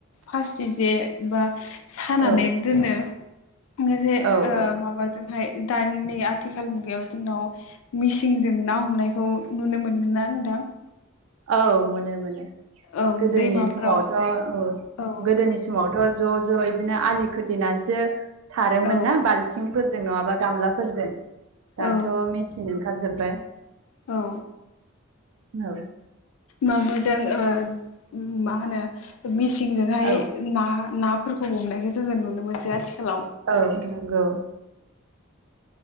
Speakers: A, on the left; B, on the right.
A: खासिज जे बा सानानै
B: औ
A: दोनो। आङो जे
B: औ
A: ओ
B: औ
A: माबाजोंहाय दानि आथिखाल मुगायाव ज जोंनाव मिसिंजों ना हमनायखौ नुनो मोनो ना नोंथां?
B: औ मोनो मोनो।
A: औ
B: गोदोनि
A: दैमाफोराव
B: समावथ' ओ
A: औ
B: गोदोनि समावथ' ज' ज'य बिदिनो आलि खोथेनानैसो सारोमोन
A: औ
B: ना बाल्थिंफोरजों नङाबा गामलाफोरजों दाथ'
A: औ
B: मेचिन ओंखारजोब्बाय।
A: औ
B: नौ
A: माबादों ओ मा होनो मिसिंजोंहाय
B: औ
A: ना ना फोरखौ हमनायखो जोङो नुनो मोनसै आथिखालाव।
B: औ नंगौ।